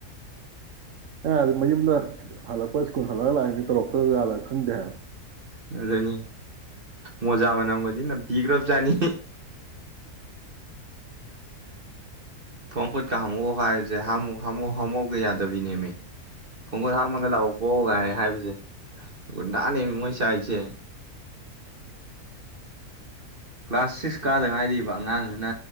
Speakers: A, on the right; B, on the right.
A: ꯑ ꯃꯌꯨꯝꯗ ꯍꯜꯂꯛꯄ ꯁ꯭ꯀꯨꯜ ꯍꯜꯂꯛꯂꯒ ꯂꯥꯛꯏꯗꯤ ꯇꯧꯔꯛꯇꯕꯖꯥꯜꯂꯒ ꯈꯪꯗꯦ ꯍꯥꯏꯕ
B: ꯑꯗꯨꯅꯤ ꯃꯣꯖꯥ ꯃꯅꯝꯒꯗꯤ ꯅꯝ ꯄꯤꯈ꯭ꯔꯕꯖꯥꯠꯅꯤ ꯊꯣꯡ ꯀꯠ ꯀ ꯍꯝꯃꯛ ꯈꯥꯏꯁꯦ ꯍꯨ ꯍꯃ ꯍꯧꯒꯦ ꯌꯥꯗꯕꯤ ꯏꯅꯦ ꯃ ꯈꯣꯡꯒꯨꯠ ꯍꯥꯝꯃꯒ ꯂꯥꯛꯑꯣ ꯀꯣꯛꯎꯒꯥꯏ ꯍꯥꯏꯕꯁꯦ ꯒꯨꯟꯗꯥꯅꯦ ꯃꯤꯉꯣꯏ ꯆꯥꯏꯁꯦ ꯀ꯭ꯂꯥꯁ ꯁꯤꯛꯁ ꯀꯥꯗꯪ ꯍꯥꯏꯔꯤꯕ ꯑꯉꯥꯡꯗꯨꯅ